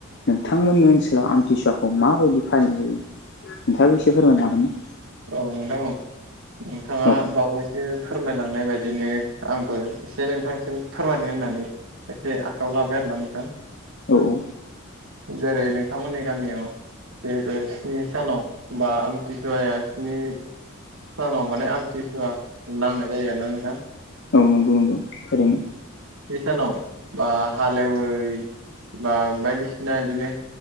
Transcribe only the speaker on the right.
औ नोंथां नोंथांङा
बावैसो फोरमायलांनाय बायदिनो आंबो एसे नोंथांसिम फोरमायनो होननानै एसे आखायाव लाबाय आरोना नोंथां
जेरै नोंथांमोननि गामियाव जिहेथु स्नि सानाव बा आमथिसुवाया स्नि सानाव माने आमथिसुवा नांनाय जायो आरोना नोंथां
सानाव बा हाल एवै बा बायदिसिना बिदिनो